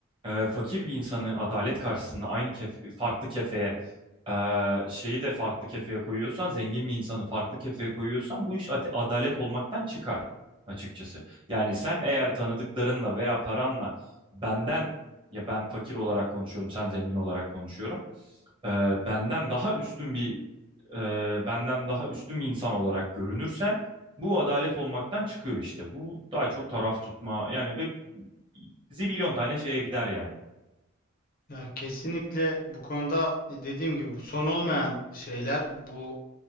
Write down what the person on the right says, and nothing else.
e, fakir bir insanı adalet karşısında aynı kef farklı kefeye e, şeyi de farklı kefeye koyuyorsan, zengin bir insanı farklı kefeye koyuyorsan bu iş ate- adalet olmaktan çıkar açıkçası. Yani sen eğer tanıdıklarınla veya paranla benden ya ben fakir olarak konuşuyorum, sen zengin olarak konuşuyorum. e, benden daha üstün bir e, benden daha üstün bir insan olarak görünürsen bu adalet olmaktan çıkıyor işte. Bu daha çok taraf tutma yani ve zibilyon tane şeye gider yani.